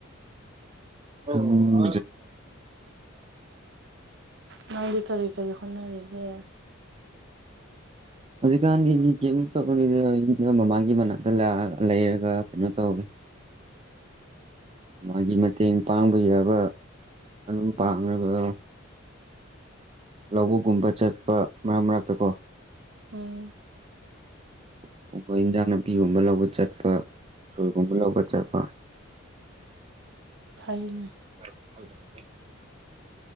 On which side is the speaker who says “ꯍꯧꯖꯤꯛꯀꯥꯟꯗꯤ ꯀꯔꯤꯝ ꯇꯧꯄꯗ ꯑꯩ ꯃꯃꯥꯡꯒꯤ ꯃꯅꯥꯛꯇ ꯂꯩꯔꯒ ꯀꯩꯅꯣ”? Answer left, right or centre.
Right